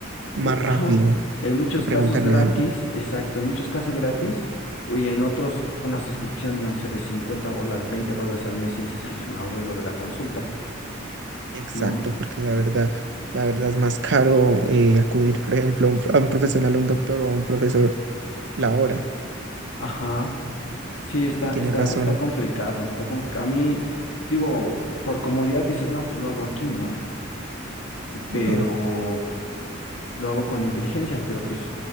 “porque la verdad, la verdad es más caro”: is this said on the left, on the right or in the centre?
Right